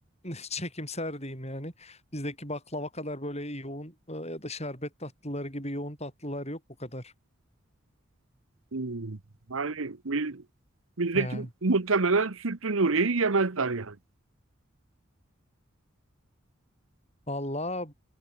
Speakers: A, on the left (about 30°); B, on the right (about 80°).
A: <laughs> çekimser diyeyim yani. Bizdeki baklava kadar böyle yoğun e, ya da şerbet tatlıları gibi yoğun tatlılar yok bu kadar.
B: Hmm. Yani biz, bizdeki
A: Yani
B: muhtemelen sütlü Nuriye'yi yemezler yani.
A: valla